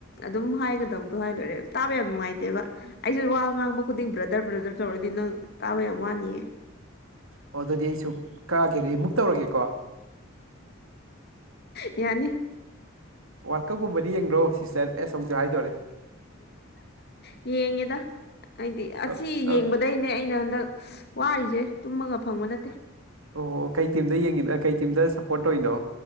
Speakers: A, on the left; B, on the right.
A: ꯑꯗꯨꯝ ꯍꯥꯏꯒꯗꯕꯗꯣ ꯍꯥꯏ ꯂꯣꯏꯔꯦ ꯇꯥꯕ ꯌꯥꯝ ꯅꯨꯡꯉꯥꯏꯇꯦꯕ ꯑꯩꯁꯨ ꯋꯥ ꯉꯥꯡꯕ ꯈꯨꯗꯤꯡ ꯕ꯭ꯔꯗꯔ ꯕ꯭ꯔꯗꯔ ꯞ ꯆꯥꯎꯧꯔꯗꯤ ꯅꯪ ꯇꯥꯕ ꯌꯥꯝ ꯋꯥꯅꯤꯌꯦ
B: ꯑꯣ ꯑꯗꯨꯗꯤ ꯑꯩꯁꯨ ꯀꯛꯑꯒꯦ ꯑꯗꯨꯗꯤ ꯃꯨꯛ ꯇꯧꯔꯒꯦꯀꯣ
A: ꯌꯥꯅꯤ
B: ꯋꯥꯔꯜ ꯀꯞꯀꯨꯝꯕꯗꯤ ꯌꯦꯡꯗ꯭ꯔꯣ ꯁꯤꯁꯇꯔ ꯑꯦꯁ ꯑꯃꯨꯛꯁꯨ ꯍꯥꯏꯗꯣꯔꯦ
A: ꯎꯝ ꯌꯦꯡꯉꯦꯗ ꯍꯥꯏꯗꯤ ꯑꯁꯤ
B: ꯑ- ꯑ-
A: ꯌꯦꯡꯕꯗꯩꯅꯦ ꯑꯩꯅ ꯍꯟꯗꯛ ꯋꯥꯔꯤꯁꯦ ꯇꯨꯝꯃꯒ ꯐꯪꯕ ꯅꯠꯇꯦ
B: ꯑꯣ ꯀꯩ ꯇꯤꯝꯗ ꯌꯦꯡꯉꯅꯣ ꯀꯩ ꯇꯤꯝꯗ ꯁꯞꯄꯣꯔꯠ ꯇꯧꯔꯤꯅꯣ